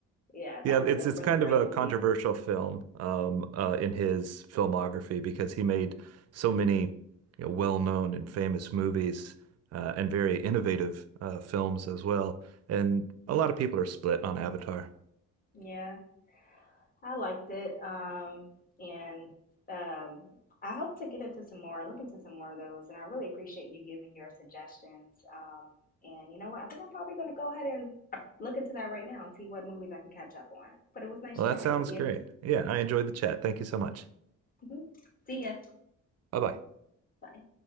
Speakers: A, on the left; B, on the right.
A: yeah,
B: Yeah,
A: that was
B: it's
A: a really
B: it's kind
A: great
B: of a
A: movie.
B: controversial film um, uh, in his filmography because he made so many you know, well-known and famous movies uh, and very innovative uh, films as well. And a lot of people are split on Avatar.
A: Yeah. I liked it. Um, and um, I hope to get into some more, look into some more of those. And I really appreciate you giving your suggestions. Um, and you know what? I think I'm probably going to go ahead and look into that right now and see what movies I can catch up on. But it was nice
B: Well,
A: chatting
B: that sounds
A: with you.
B: great. Yeah, I enjoyed the chat. Thank you so much.
A: Mhm. See ya.
B: Bye bye.
A: Bye.